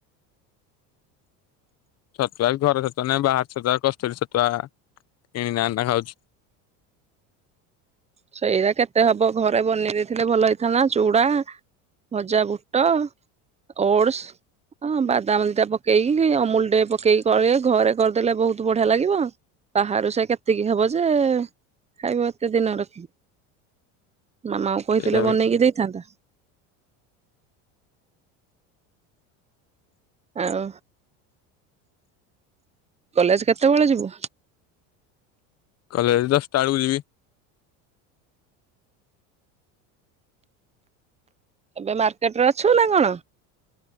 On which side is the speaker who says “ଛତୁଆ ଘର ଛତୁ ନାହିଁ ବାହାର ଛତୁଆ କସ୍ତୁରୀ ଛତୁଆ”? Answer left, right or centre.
Left